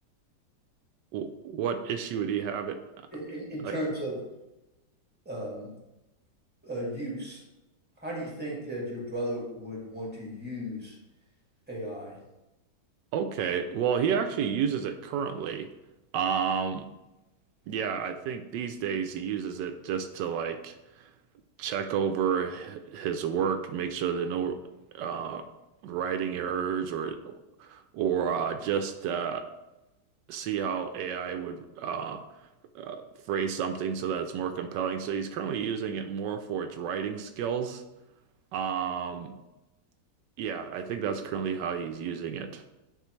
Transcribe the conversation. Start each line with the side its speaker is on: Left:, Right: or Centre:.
Right: W- What issue would he have it? uh,
Centre: in, in, in terms
Right: Like,
Centre: of um, uh, use? How do you think that your brother would want to use AI?
Right: okay, well, he actually uses it currently. Um, yeah, I think these days he uses it just to like check over h- his work, make sure there are no uh, writing errors or or uh, just uh, see how AI would uh, uh, phrase something so that it's more compelling. So he's currently using it more for its writing skills. Um, yeah, I think that's currently how he's using it.